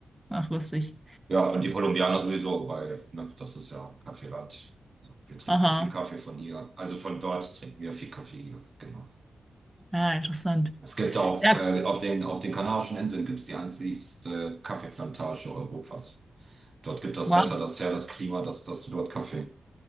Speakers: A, in the centre; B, on the right.
A: Ach, lustig.
B: Ja, und die Kolumbianer sowieso, weil, ne, das ist ja Kaffeeland. Also, wir trinken
A: Aha.
B: ja viel Kaffee von hier. Also von dort trinken wir viel Kaffee hier. Genau.
A: Ja, interessant.
B: Es gibt auf,
A: Ja,
B: äh, auf den, auf den Kanarischen Inseln gibt's die einzigste Kaffeeplantage Europas. Dort gibt das
A: wow.
B: Wetter das her, das Klima, das, das dort Kaffee.